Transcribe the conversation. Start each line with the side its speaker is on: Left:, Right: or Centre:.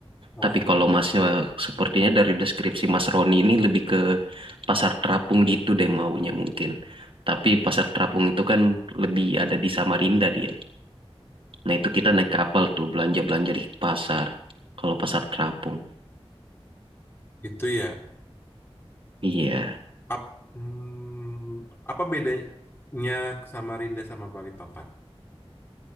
Left: Oh,
Right: Tapi kalau masnya sepertinya dari deskripsi Mas Roni ini lebih ke pasar terapung gitu deh maunya mungkin. Tapi pasar terapung itu kan lebih ada di Samarinda dia. Nah itu kita naik kapal tuh belanja-belanja di pasar. Kalau pasar terapung.
Left: itu ya.
Right: Iya.
Left: Ap- hmm, apa bedanya Samarinda sama Balikpapan?